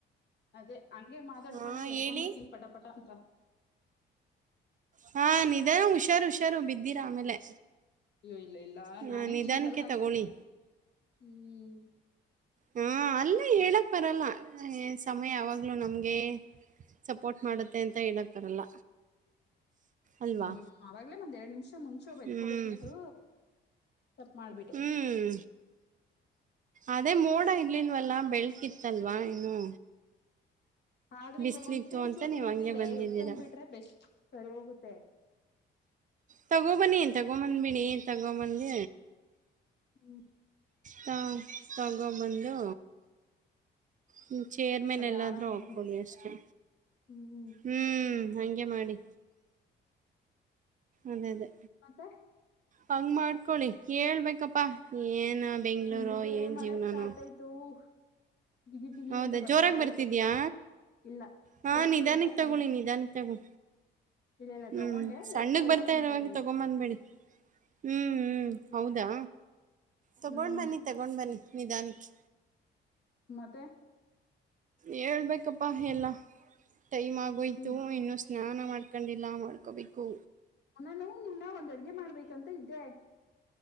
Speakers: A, on the left (about 60°); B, on the right (about 40°).
A: ಅದೇ ಹಂಗೆ ಮಾತಾಡ್ಕೊಂಡೆ
B: ಹಾ
A: ಎತ್ಕೊಂಡ್
B: ಹೇಳಿ
A: ಬಿರ್ತೀನಿ ಪಟಾಪಟ ಅಂತ.
B: ಹಾ ನಿಧಾನ ಹುಷಾರು ಹುಷಾರು ಬಿದ್ದಿರಾ ಆಮೇಲೆ.
A: ಏ ಇಲ್ಲ ಇಲ್ಲ
B: ಹ
A: ನಾನೇನ್
B: ನಿಧಾನಕ್ಕೆ
A: ಬಿಳಲ್ಲ ಹಂಗೆ
B: ತಗೊಳ್ಳಿ
A: ಹ್ಮ್.
B: ಹಾ ಅಲ್
A: ಹ್ಮ್
B: ಬರಲ್ಲ ಎ ಸಮಯ ಯಾವಾಗ್ಲುೂ ನಮ್ಗೆ ಸಪೋರ್ಟ್ ಮಾಡುತ್ತೆ ಅಂತ ಹೇಳಕ್ ಬರಲ್ಲ.
A: <inaudible>
B: ಅಲ್ವಾ
A: ಹ್ಮ್ ಅವಾಗ್ಲೇ ಒಂದ್ ಎರಡ್ ನಿಮಿಷ ಮುಂಚೆ ಒ ಎತ್ಕೋಬೇಕಿತ್ತು
B: ಹ್ಮ್
A: ತಪ್ ಮಾಡ್ಬಿಟ್ಟೆ.
B: ಹ್ಮ್ ಅದೇ ಮೋಡ ಇರ್ಲಿಲ್ವಲ್ಲ ಬೆಳ್ಕಿತ್ತಲ್ವಾ ಇನ್ನು.
A: ಆದ್ರೆ
B: ಬಿಸ್ಲಿತ್ತು
A: ಇವಾಗ ಒಂದ್ ಚೂರ್
B: ಅಂತ
A: ಚೂರ್
B: ನೀವ್
A: ನಿಂತಿದೆ
B: ಹಂಗೆ ಬಂದಿದ್ದೀರಾ
A: ಎತ್ಕೊಂಡ್ ಬಿಟ್ರೆ ಬೆಸ್ಟ್, ಸರಿ ಹೋಗುತ್ತೆ.
B: ತಗೋಬನ್ನಿ ತಗೊಬಂದ್ಬಿಡಿ ತಗೊಬಂದಿ
A: ಹ್ಮ್
B: ಹಾಂ ತಗೊಬಂದು ಹಂ ಚೇರ್ ಮೇಲೆ
A: ಅದೇ
B: ಎಲ್ಲಾದ್ರೂ
A: ಆರಾಮ್
B: ಹಾಕ್ಕೊಳ್ಳಿ
A: ಉಂಟು
B: ಅಷ್ಟೇ.
A: ಹ್ಮ್
B: ಹ್ಮ್ ಹಂಗೆ ಮಾಡಿ. ಅದೇ ಅದೇ.
A: ಮತ್ತೆ
B: ಹಂಗ ಮಾಡ್ಕೊಳ್ಳಿ, ಹೇಳ್ಬೇಕಪ್ಪಾ ಏನ್ ಬೆಂಗಳೂರು
A: ಇಲ್ಲೂ ಬೇರೆ
B: ಏನ್
A: ಮಳೆ
B: ಜೀವ್ನಾನೊ.
A: <inaudible> ಜಿಗಿ ಜಿಗಿ
B: ಹೌದಾ
A: ಅಂತ ಬರ್ತಾ
B: ಜೋರಾಗಿ ಬರ್ತಿದ್ಯಾ?
A: ಐತೆ ಇಲ್ಲ
B: ಹಾ
A: ಸ್ವಲ್ಪ
B: ನಿಧಾನಕ್ಕ್
A: ಸ್ವಲ್ಪ ಸಣ್ಣ
B: ತಗೊಳ್ಳಿ ನಿಧಾನಕ್ ತಗೋ
A: ಇಲ್ಲ ಇಲ್ಲ
B: ಹ್ಮ್
A: ತಗೊಂಡೆ
B: ಸಣ್ಣಗ್
A: ಎರಡ್ ಸೈಡ್
B: ಬರ್ತಾ
A: ಅಲ್ಲಿ ನಿಂತಿದ್ವಿ
B: ಇರವಾಗೆ ತಗೊಂಬಂದ್ಬಿಡಿ ಹ್ಮ್ ಹ್ಮ್. ಹೌದಾ ತಗೊಂಡು
A: ಹ್ಮ್
B: ಬನ್ನಿ ತಗೊಂಡು ಬನ್ನಿ ನಿಧಾನಕ್ಕೆ.
A: ಮತ್ತೆ
B: ಹೇಳ್ಬೇಕಪ್ಪಾ ಎಲ್ಲ ಟೈಮ್ ಆಗೋಯ್ತು
A: ಹ್ಮ್
B: ಇನ್ನು ಸ್ನಾನ ಮಾಡ್ಕೊಂಡಿಲ್ಲ ಮಾಡ್ಕೋಬೇಕು.
A: ನಾನು ನಿನ್ನೆ ಒಂದ್ ಅಡ್ಗೆ ಮಾಡ್ಬೇಕಂತ ಇದ್ದೆ.